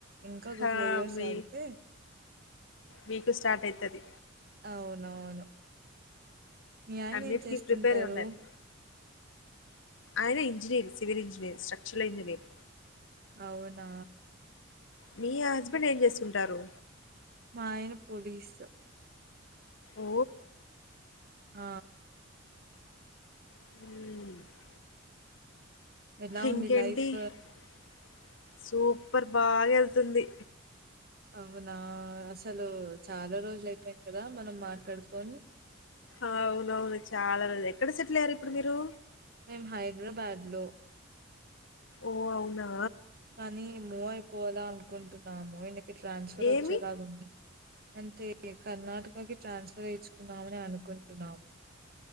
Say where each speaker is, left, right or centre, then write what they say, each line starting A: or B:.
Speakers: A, on the right; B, on the left.
A: ఇంకా ఒగ
B: హా
A: ఫోర్ ఇయర్స్
B: మీ
A: ఆగితే
B: మీకు స్టార్ట్ అయితది
A: అవునవును మీ ఆయన
B: అన్నిటికీ
A: ఏం చేస్తుంటారు
B: ప్రిపేర్ అయి ఉండాలి ఆయన engineer civil engineer structural engineer
A: అవునా
B: మీ హస్బెండ్ ఏం చేస్తుంటారు
A: మాయన పోలీస్
B: ఓ
A: ఆ
B: మ్
A: ఎలా
B: ఇంకేంటి
A: ఉంది లైఫ్
B: <inaudible> సూపర్ బాగా వెళ్తుంది
A: అవునా అసలు చాలా రోజులు అయిపోయింది కదా మనం మాట్లాడుకొని
B: అవునవును చాలా రోజు ఎక్కడ సెట్ల్అయ్యారు ఇప్పుడు మీరు
A: మేం హైదరాబాద్ లో
B: ఓ అవునా
A: కానీ మో అయిపోవాలా అనుకుంటున్నా ము ఇన్కి ట్రాన్స్ఫర్ వచ్చేలాగావుంది
B: ఏమి
A: అంటే కర్ణాటకకి ట్రాన్స్ఫర్ ఏచ్చుకుందామని అను కుంటున్నాం <inaudible>